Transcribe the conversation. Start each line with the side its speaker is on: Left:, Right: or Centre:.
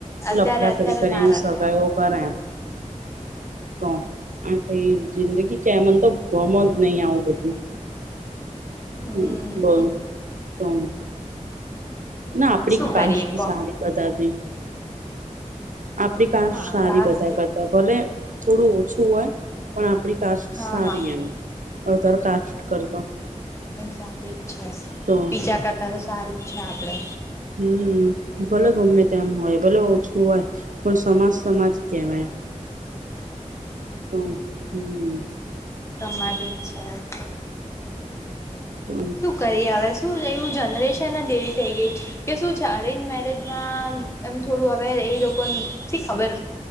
Left: અત્યારે
Right: લફડા
Left: અત્યારે
Right: કરી કરી
Left: ના રખાય
Right: સગાયઓ કરે. તો આ કઈ જિંદગી કે મન તો ગમન નહી આવું બધું.
Left: હમ
Right: હમ્મ બોલ. તોમ. ના આપડી
Left: શું
Right: કાષ્ટ
Left: કરીએ કો
Right: સારી બધા તી. આપડી કાસ
Left: હા
Right: સારી
Left: કાસ્ટ
Right: બધા કરતા ભલે થોડું ઓછું હોય પણ આપડી કાસ
Left: હા
Right: સારી
Left: હા
Right: એમ, અધર કાસ્ટ કરતા.
Left: તારેક છે.
Right: તો
Left: પીજા કરતા તો સારું છે આપણે
Right: હમ્મ, ભલે ગમે તેમ હોય ભલે ઓછું હોય પણ સમાજ સમાજ કેવાય. તો હમ્મ.
Left: તમા જિક છે એ તો.
Right: તો
Left: શું કરી એ હ શું એવું જનરેશન જ એવી થઈ ગઈ કે શું છે અરેન્જ મેરેજમાં એમ થોડું હવે એ લોકોન શી ખબર,